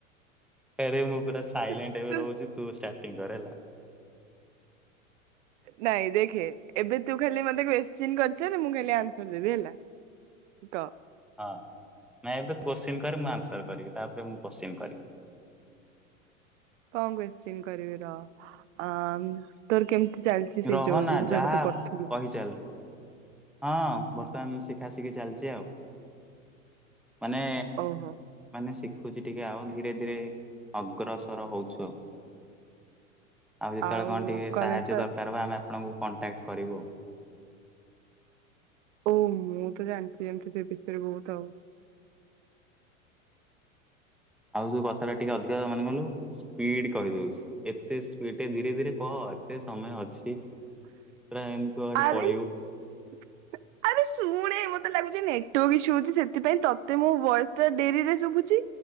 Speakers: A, in the centre; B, on the right (about 60°).
A: ଆରେ ମୁଁ ପୁରା ସାଇଲେଣ୍ଟ
B: ତୁ
A: ଏବେ ରହୁଛି ତୁ ଷ୍ଟାର୍ଟିଂ କରେ ହେଲା
B: ନାଇଁ ଦେଖେ ଏବେ ତୁ ଖାଲି ମତେ କ୍ଯୁସଚୀନ କରିଚାଲେ ମୁଁ ଖାଲି ଆନ୍ସର ଦେବି ହେଲା ତ
A: ହଁ ନାଇଁ ଏବେ କୋଶ୍ଚିିନ କରେ ମୁଁ ଆନ୍ସର କରିବି ତାପରେ ମୁଁ କୋଶ୍ଚିନ୍ କରିବି
B: କଣ କଶ୍ଚିନ୍ କରିବି ର ଆ ତୋର କେମିତି ଚାଲିଛି ସେଇ
A: ରହ
B: ଯୋଉ
A: ନା
B: ଜିନିଷ
A: ଯାହା
B: ଟା ତ କରଥିଲୁ
A: କହିଚାଲ ହଁ ବର୍ତ୍ତମାନ ଶିଖା ଶିଖି ଚାଲିଛି ଆଉ ମାନେ
B: ଓହୋ
A: ମାନେ ଶିଖୁଛି ଟିକେ ଆଉ ଧୀରେ ଧୀରେ ଅଗ୍ରସର ହଉଛୁ
B: <inaudible>
A: ଆଉ ଯେତେବେଳେ କଣ ଟିକେ
B: କଲେଜ
A: ସାହାଯ୍ୟ
B: ତ
A: ଦରକାର ହବ ଆମେ ଆପଣଙ୍କୁ କଣ୍ଟାକ୍ଟ କରିବୁ ଆଉ
B: ହଉ ମୁଁ ତ ଜାଣିଛି ଯେମତି ସେ ବିଷୟରେ ବହୁତ ଆଉ
A: ଆଉ ତୁ କଥା ଟା ଟିକେ ଅଧିକା ମାନେ ଗଲୁ ସ୍ପିଡ କହିଦଉଛି ଏତେ ସ୍ପିଡ ଧୀରେ ଧୀରେ କହ ଏତେ ସମୟ ଅଛି ପୁରା ଏମି କୁଆଡେ
B: ଆରେ
A: ପଳେଇବୁ
B: <inaudible> ଆରେ ଶୁଣେ ମତେ ଲାଗୁଛି ନେଟୱାର୍କ ଇସୁ ହଉଛି ସେଥିପାଇଁ ତତେ ମୋ ବୟସ ଟା ଡେରିରେ ଶୁଭୁଛି